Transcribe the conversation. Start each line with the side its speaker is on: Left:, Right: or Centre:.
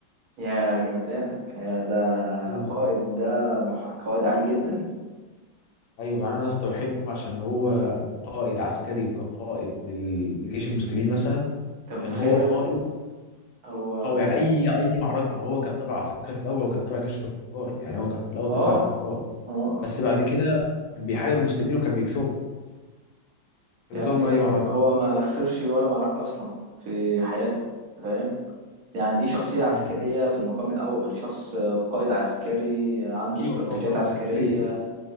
Right: يا جمدانك يا ده
Left: ايوه
Right: قائد ده مح... قائد عالي جدا
Left: ايوه يعني انا لسه بحبه عشان هو قائد عسكري وكقائد لل- لجيش المسلمين مثلا
Right: انت متخيل
Left: كان هو قائد
Right: هو
Left: او يعني اي اي معركه هو كان تبع على فكره في الاول هو كان تبع جيش الكفار يعني هو كان في الاول
Right: اه
Left: تبع الكفار
Right: اه اه
Left: بس بعد كده كان بيحارب المسلمين وكان بيكسبهم كان
Right: يا
Left: بيكسبهم
Right: ابني
Left: في اي معركه
Right: هو ما خسرش ولا معركة أصلا في حياته فاهم يعني دي شخصية عسكرية
Left: مم.
Right: في المقام الأول شخص قائد عسكري عنده
Left: ايوه
Right: استراتيجيات
Left: هو قائد
Right: عسكرية
Left: عسكري